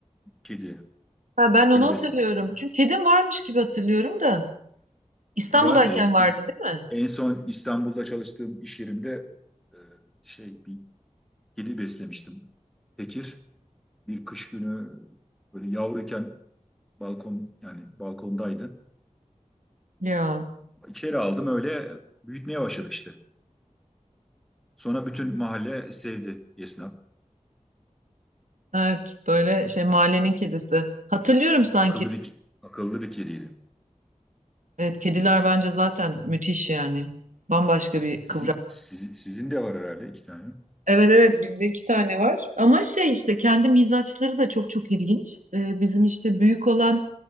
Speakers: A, in the centre; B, on the right (about 85°).
A: kedi.
B: Ha, ben onu
A: Kedi
B: hatırlıyorum.
A: besledim.
B: Çünkü kedim varmış gibi hatırlıyorum da. İstanbul'dayken
A: Var da eski.
B: vardı değil mi?
A: En son İstanbul'da çalıştığım iş yerimde e, şey bir kedi beslemiştim. Tekir bir kış günü böyle yavruyken Balkon yani balkondaydı.
B: Ya
A: İçeri aldım öyle büyütmeye başladık işte. Sonra bütün mahalle sevdi esnaf.
B: evet böyle şey mahallenin kedisi. Hatırlıyorum sanki.
A: Akıllı bir akıllı bir kediydi.
B: Evet kediler bence zaten müthiş yani. Bambaşka bir
A: Sizin
B: kıvrak.
A: sizin, sizin de var herhalde iki tane.
B: Evet evet bizde iki tane var ama şey işte kendi mizaçları da çok çok ilginç. Ee, bizim işte büyük olan